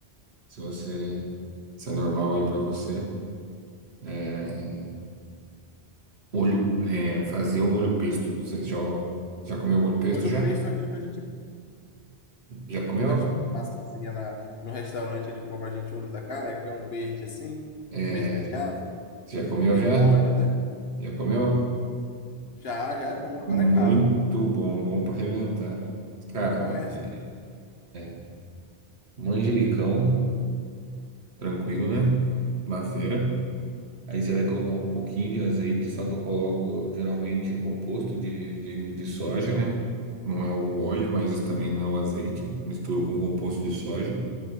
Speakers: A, on the right; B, on the left.
A: se você se é normal aí para você. É, Molho, é, fazer o molho pesto. Você já, já comeu molho pesto
B: Molho
A: já?
B: pesto é aquilo que a gente
A: Já comeu?
B: parte- uma massazinha na, no restaurante, ele compra a gente olho da cara, que é um verde assim,
A: É,
B: meio esverdeado,
A: você já comeu
B: que tem
A: já?
B: um óleo, né?
A: Já comeu?
B: Já, já é bom, agora
A: Muito
B: é caro.
A: bom, bom para arrebentar. Cara,
B: Qual é a receita?
A: é é manjericão, tranquilo, né? Na feira.
B: Sim.
A: Aí você vai colocar um pouquinho de azeite, só que eu coloco geralmente composto de, de, de soja, né? Não é o óleo, mas também não é o azeite. Eu misturo com composto de soja.